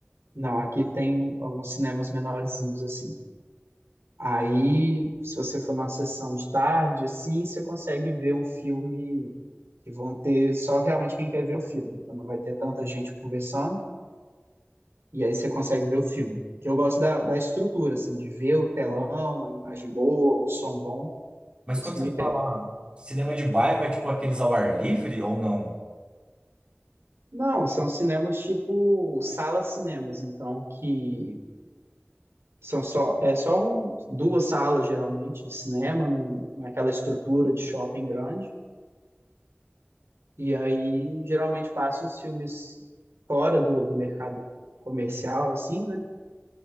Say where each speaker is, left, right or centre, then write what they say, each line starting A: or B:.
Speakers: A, on the right (about 85°); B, on the right (about 25°).
A: não, aqui tem alguns cinemas menorzinhos, assim. Aí, se você for numa sessão de tarde, assim, você consegue ver um filme que vão ter só realmente quem quer ver o filme. Então não vai ter tanta gente conversando, e aí você consegue ver o filme. Que eu gosto da, da estrutura, assim, de ver o telão, a imagem boa, o som bom.
B: Mas
A: Isso
B: quando você
A: me pega.
B: fala cinema de bairro, é tipo aqueles ao ar livre ou não?
A: Não, são cinemas tipo salas cinemas, então que são só é só um- duas salas geralmente de cinema, num, naquela estrutura de shopping grande. E aí, geralmente, passam os filmes fora do, do mercado comercial, assim, né?